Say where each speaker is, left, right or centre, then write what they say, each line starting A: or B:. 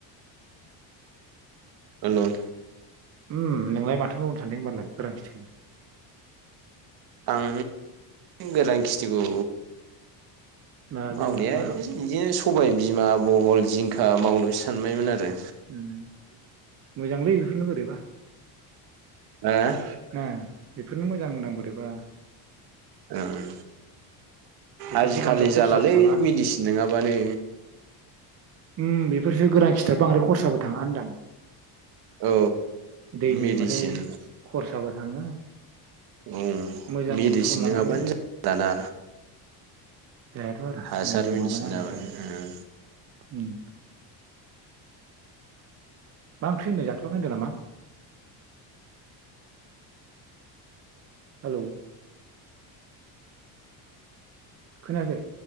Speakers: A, on the right; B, on the right.
A: होनदों
B: उम नोंलाय माथो मावनो सानदों होमबालाय गोरां खिथिखौ
A: आं गोरान खिथिखौ
B: मा
A: मावनाया
B: जेनेबा मा
A: बिदिनो सबाय बिमा बहल जिंखा मावनोसो सानबायमोन आरो।
B: उम मोजांलै बेफोरनो बोरैबा।
A: <unintelligible>
B: उम बेफोरनो मोजां होनदां बोरैबा।
A: ओं
B: बेफोरसो
A: आजिखालि
B: बांद्राय खरसाबो
A: जालालै
B: थाङा
A: मेडिसिन नङाबानो।
B: उम बेफोरसो गोरान खिथाब बांद्राय खरसाबो थाङा होनदां।
A: औ
B: दैनि
A: मेडिसिन
B: होनबाथाय खरसाबो थाङो
A: औ
B: मोजां
A: मेडिसिन
B: सम लानानै
A: नङाबानो जा दाना।
B: जायाथ' आरो
A: हासार
B: मुलि नङाबानो
A: मेडिसिना
B: आजिखालि
A: मानो उम।
B: उम बां ओंख्रि होनदों जाथ'आखै होनदों नामा? हेलौ। खोनायाखै?